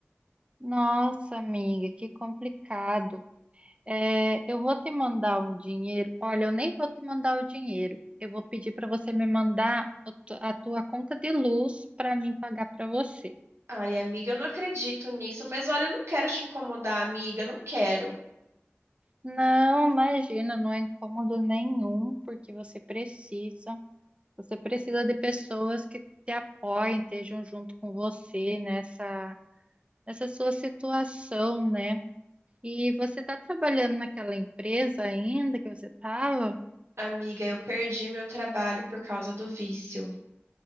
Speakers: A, on the right (about 25°); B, on the right (about 75°).
A: Nossa, amiga, que complicado. É, eu vou te mandar um dinheiro. Olha, eu nem vou te mandar o dinheiro. Eu vou pedir para você me mandar o tu- a tua conta de luz para mim pagar para você.
B: Ai, amiga, eu não acredito nisso, mas olha, eu não quero te incomodar, amiga, não quero.
A: Não, imagina, não é incômodo nenhum, porque você precisa. Você precisa de pessoas que te apoiem, estejam junto com você nessa, nessa sua situação, né? E você está trabalhando naquela empresa ainda que você estava?
B: Amiga, eu perdi meu trabalho por causa do vício.